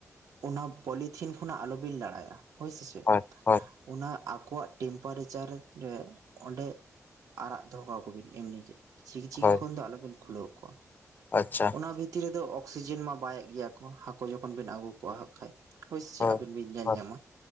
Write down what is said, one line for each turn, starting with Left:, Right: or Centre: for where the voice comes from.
Right: ᱚᱱᱟ ᱯᱚᱞᱤᱛᱷᱤᱱ ᱠᱷᱚᱱᱟᱜ ᱟᱞᱚᱵᱤᱱ ᱞᱟᱲᱟᱭᱟ ᱦᱳᱭ ᱥᱮ ᱪᱮᱫ
Left: ᱦᱳᱭ ᱦᱳᱭ
Right: ᱚᱱᱟ ᱟᱠᱚᱣᱟᱜ ᱴᱮᱢᱯᱟᱨᱮᱪᱟᱨ ᱨᱮ ᱚᱸᱰᱮ ᱟᱨᱟᱜ ᱫᱚᱦᱚ ᱠᱟᱠᱚᱵᱤᱱ ᱮᱢᱱᱤᱜᱮ ᱪᱤᱠᱤᱪᱤᱠᱤ
Left: ᱦᱳᱭ
Right: ᱠᱷᱚᱱ ᱫᱚ ᱟᱞᱚᱵᱤᱱ ᱠᱷᱩᱞᱟᱹᱣ ᱠᱚᱣᱟ
Left: ᱟᱪᱪᱷᱟ
Right: ᱚᱱᱟ ᱵᱷᱤᱛᱤᱨ ᱨᱮᱫᱚ ᱚᱠᱥᱤᱡᱮᱱ ᱢᱟ ᱵᱟᱭ ᱤᱭᱟᱹ ᱠᱚᱣᱟ ᱦᱟᱹᱠᱩ ᱡᱚᱠᱷᱚᱱ ᱵᱤᱱ ᱟᱹᱜᱩ ᱠᱚᱣᱟ ᱦᱟᱜ ᱠᱷᱟᱡ ᱦᱳᱭᱥᱮᱪᱮᱜ
Left: ᱦᱳᱭ
Right: ᱟᱹᱵᱤᱱ ᱵᱤᱱ ᱧᱮᱞ
Left: ᱦᱳᱭ
Right: ᱧᱟᱢᱟ